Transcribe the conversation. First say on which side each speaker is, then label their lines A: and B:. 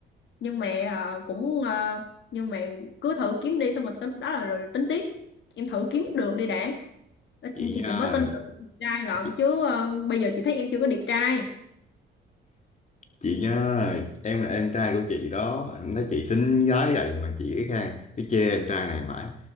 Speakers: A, on the left (about 70°); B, on the left (about 35°).
A: nhưng mà ờ, cũng ờ, nhưng mà cứ thử kiếm đi xong rồi tới lúc đó là rồi tính tiếp em thử kiếm được đi đã
B: chị
A: thì
B: nha
A: chị mới
B: ơi,
A: tin được đẹp trai lận
B: chị,
A: chứ ờ, bây giờ chị thấy em chưa có đẹp trai
B: chị nha ơi, em là em trai của chị đó em nói chị xinh gái vậy mà chị cái khang cái chê em trai này mãi